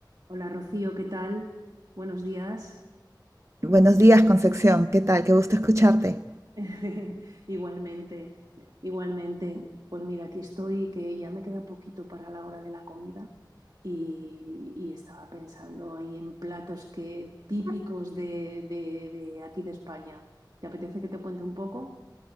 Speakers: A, on the right; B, on the right.
A: Hola Rocío, ¿qué tal? Buenos días.
B: Buenos días, Concepción. ¿Qué tal? Qué gusto escucharte.
A: <laughs> Igualmente, igualmente. Pues mira, aquí estoy, que ya me queda poquito para la hora de la comida y, y estaba pensando ahí en platos que, típicos de, de- de aquí de España. ¿Te apetece que te cuente un poco?